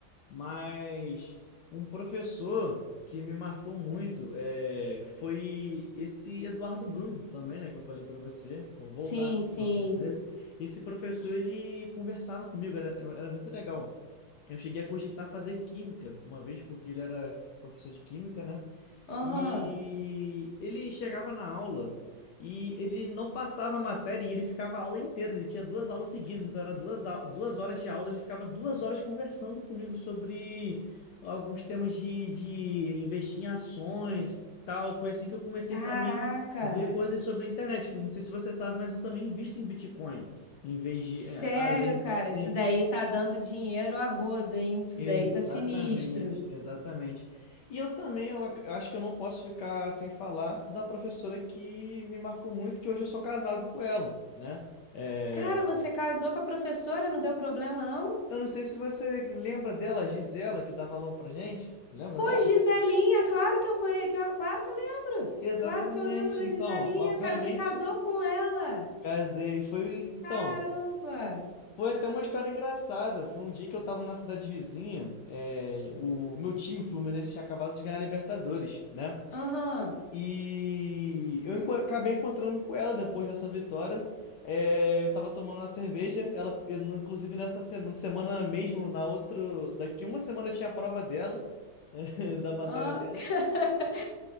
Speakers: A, on the left; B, on the left.
A: Mas um professor que me marcou muito é, foi esse Eduardo Bruno também, né? Que eu falei para você. Vou voltar
B: Sim, sim.
A: no assunto dele. Esse professor, ele conversava comigo, era, era muito legal. Eu cheguei a cogitar fazer química uma vez, porque ele era professor de química, né?
B: Aham.
A: E ele chegava na aula e ele não passava a matéria e ele ficava a aula inteira. Ele tinha duas aulas seguidas, então era duas, au- duas horas de aula. Ele ficava duas horas conversando comigo sobre alguns temas de, de investir em ações, tal. Foi assim que eu comecei
B: Caraca.
A: também a ver coisas sobre a internet. que eu Não sei se você sabe, mas eu também invisto em Bitcoin, em vez de
B: Sério,
A: é, além,
B: cara,
A: sim.
B: isso daí tá dando dinheiro a rodo, hein? Isso
A: Exatamente,
B: daí tá sinistro.
A: exatamente. E eu também, eu ac- eu acho que eu não posso ficar sem falar da professora que me marcou muito, que hoje eu sou casado com ela, né? É,
B: Cara, você casou com a professora, não deu problema, não?
A: Eu não sei se você lembra dela, a Gisela, que dava aula pra gente. Lembra
B: Pô,
A: dela?
B: Giselinha, claro que eu conheço, claro que eu lembro.
A: Exatamente.
B: Claro que eu lembro da
A: Então,
B: Giselinha,
A: obviamente,
B: cara, você casou com ela.
A: casei. Foi, então,
B: Caramba!
A: foi até uma história engraçada. Foi um dia que eu estava na cidade vizinha, é, o meu time, o Fluminense, tinha acabado de ganhar a Libertadores, né?
B: Aham.
A: E eu enco- acabei encontrando com ela depois dessa vitória. É, eu tava tomando uma cerveja. Ela, eu não- inclusive nessa semana, semana mesmo, na outra, daqui uma semana eu tinha a prova dela, <laughs> da matéria
B: Ó,
A: dela.
B: <laughs>